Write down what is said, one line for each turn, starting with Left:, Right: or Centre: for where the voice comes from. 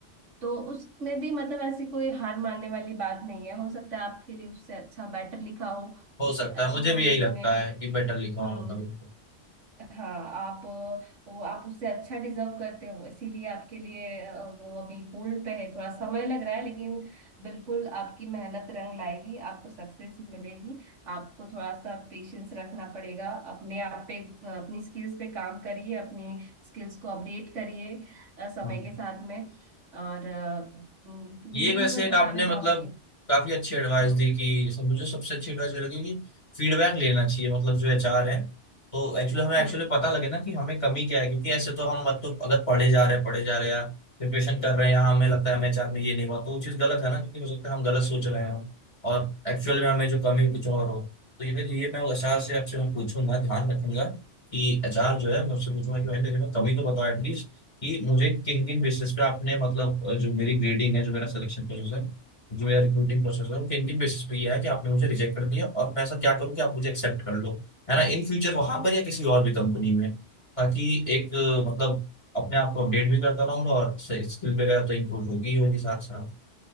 Right: तो उसमें भी मतलब ऐसी कोई हार मानने वाली बात नहीं है हो सकता है आपके लिए उससे अच्छा बेटर लिखा हो
Left: हो
Right: उससे
Left: सकता
Right: अच्छी
Left: है मुझे
Right: कंपनी
Left: भी यही लगता
Right: में
Left: है कि बेटर लिखा होगा
Right: हम्म
Left: कभी
Right: हाँ आप वो आप उससे अच्छा डिजर्व करते हो इसीलिए आपके लिए अ, वो अभी होल्ड पे है थोड़ा समय लग रहा है लेकिन बिल्कुल आपकी मेहनत रंग लाएगी आपको सक्सेस मिलेगी आपको थोड़ा सा पेशेंस रखना पड़ेगा अपने आप पे अ, अपनी स्किल्स पे काम करिए अपनी स्किल्स को अपडेट करिए अ, समय
Left: हाँ।
Right: के साथ में और अ, हम्म,
Left: ये
Right: यही
Left: वैसे
Right: मैं
Left: एक
Right: बताना
Left: आपने
Right: चाहूंगी
Left: मतलब काफी अच्छी एडवाइस
Right: हम्म
Left: दी कि सब- मुझे सबसे अच्छी एडवाइस ये लगी कि फीडबैक लेना चाहिए मतलब जो एचआर है तो एक्चुअली हमें एक्चुअली
Right: हम्म
Left: पता लगे ना कि हमें कमी क्या है क्योंकि ऐसे तो हम मतलब अगर पढ़े जा रहे हैं पढ़े जा रहे हैं या प्रिपरेशन कर रहे हैं या हमें लगता है हमें एचआर में ये नहीं हुआ तो वो चीज़ गलत है ना क्योंकि हो सकता है हम गलत सोच रहे हैं और एक्चुअल में हमें जो कमी है, कुछ और हो तो ये ये मैं एचआर से आपसे मैं पूछूंगा ध्यान रखूंगा कि एचआर जो है मुझसे पूछूंगा कि भाई मेरे में कमी तो बताओ एटलीस्ट कि मुझे किन किन बेसिस पे आपने मतलब अ, जो मेरी ग्रेडिंग है जो मेरा सिलेक्शन प्रोसेस है जो मेरा रिक्रूटिंग प्रोसेस है वो किन किन बेसिस पे ये है कि आपने मुझे रिजेक्ट कर दिया और मैं ऐसा क्या करूँ कि आप मुझे एक्सेप्ट कर लो है ना इन फ्यूचर वहां पर या किसी और भी कंपनी में ताकि एक अ, मतलब अपने आप को अपडेट भी करता रहूंगा और स्किल वगैरह तो इम्प्रूव होगी ही होगी साथ साथ